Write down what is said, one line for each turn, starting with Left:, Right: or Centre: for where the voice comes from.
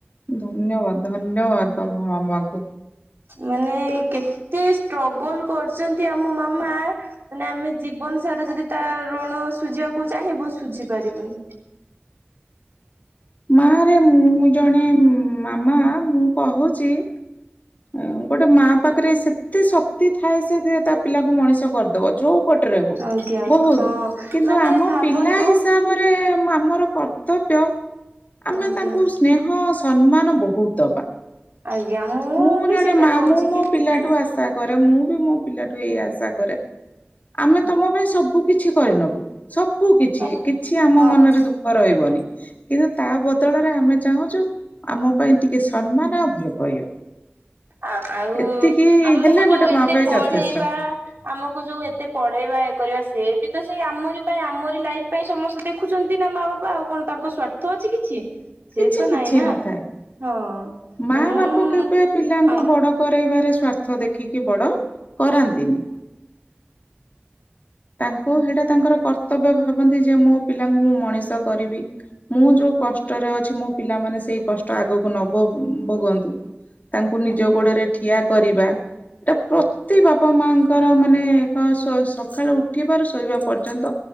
Left: ଧନ୍ୟବାଦ, ଧନ୍ୟବାଦ, ତୋମ ମାମାଙ୍କୁ।
Right: ମାନେ କେତେ ଷ୍ଟ୍ରଗଲ୍ କରିଚନ୍ତି ଆମ ମାମା ମାନେ ଆମେ ଜୀବନ ସାରା ଯଦି ତା ଋଣ ସୁଜିବାକୁ ଚାହେଁ ବୁ ସୁଝି ପାରିବୁନି।
Left: ମା ରେ ମୁଁ ଜଣେ ମାମା। ମୁଁ କହୁଚି ଏଁ, ଗୋଟେ ମା ପାଖରେ ସେତେ ଶକ୍ତି ଥାଏ ସେ ଯେ ତା ପିଲାକୁ ମଣିଷ କରିଦବ। ଯୋଉ ପଟରେ ହଉ
Right: ଆଜ୍ଞା
Left: ବହୁତ
Right: ହଁ
Left: କିନ୍ତୁ
Right: ମାନେ
Left: ଆମ
Right: ଭାବନ୍ତୁ
Left: ପିଲା ହିସାବରେ ମା ଆମର ର କର୍ତ୍ତବ୍ୟ ଆମେ
Right: ଆଜ୍ଞା
Left: ତାଙ୍କୁ ସ୍ନେହ ସମ୍ମାନ ବହୁତ ଦବା।
Right: ଆଜ୍ଞା
Left: ମୁଁ
Right: ବି
Left: ଜଣେ
Right: ସେଇଟା
Left: ମା।
Right: କହୁଛି
Left: ମୁଁ ମୋ
Right: କି
Left: ପିଲାଠୁ
Right: ଆଜ୍ଞା
Left: ଆଶା କରେ, ମୁଁ ବି ମୋ ପିଲାଠୁ ଏଇଆ ଆଶା କରେ। ଆମେ ତୋମ ପାଇଁ ସବୁ କିଛି କରିନବୁ। ସବୁ କିଛି
Right: ମାନେ
Left: କିଛି ଆମ
Right: ହଁ
Left: ମନରେ ଦୁଃଖ ରହିବନି।
Right: ଆଜ୍ଞା
Left: କିନ୍ତୁ
Right: ଆଜ୍ଞା
Left: ତା ବଦଳରେ ଆମେ ଯୋ ଚାହୁଁଚୁ, ଆମ ପାଇଁ ଟିକେ ସମ୍ମାନ ଆଉ ଭଲ ପାଇବା।
Right: ଆ, ଆଉ
Left: ଏତିକି
Right: ଆମକୁ
Left: ହେଲେ
Right: ଯୋଉ
Left: ଗୋଟେ
Right: ଏତେ
Left: ମା ପାଇଁ
Right: ପଢେଇବା।
Left: ଯଥେଷ୍ଟ
Right: ଆମକୁ ଯୋଉ ଏତେ ପଢେଇବା ବା ଇଏ କରିବା ସେ ବି ତ ସେଇ ଆମରି ପାଇଁ ଆମରି ଲାଇଫ୍ ପାଇଁ ସମସ୍ତେ ଦେଖୁଛନ୍ତି ନା ମା ବାପା ଆଉ କଣ ତାଙ୍କ ସ୍ଵାର୍ଥ ଅଛି କିଛି। ସିଏ
Left: କିଛି
Right: ତ
Left: କିଛି
Right: ନାଇଁ ନା
Left: ନଥାଏ।
Right: ହଁ।
Left: ମା
Right: ମୁଁ
Left: ବାପା କେବେ ପିଲାଙ୍କୁ
Right: ଆ
Left: ବଡ କରଇବାରେ ସ୍ଵାର୍ଥ ଦେଖିକି ବଡ କରାନ୍ତିନି। ତାଙ୍କ ସେଟା ତାଙ୍କର କର୍ତ୍ତବ୍ୟ ଭାବନ୍ତି ଯେ ମୋ ପିଲାଙ୍କୁ ମୁଁ ମଣିଷ କରିବି। ମୁଁ ଯୋଉ କଷ୍ଟ ରେ ଅଛି ମୋ ପିଲାମାନେ ସେଇ କଷ୍ଟ ଆଗକୁ ନ ଭୋ ଭୋଗନ୍ତୁ ତାଙ୍କୁ ନିଜ
Right: ଆଜ୍ଞା
Left: ଗୋଡରେ ଠିଆ କରିବା ଏଇଟା ପ୍ରତି
Right: ହଁ
Left: ବାପା ମାଙ୍କର ମାନେ ସ ସ ସୋ ସକାଳୁ ଉଠିବାରୁ ଶୋଇବା ପର୍ଯ୍ୟନ୍ତ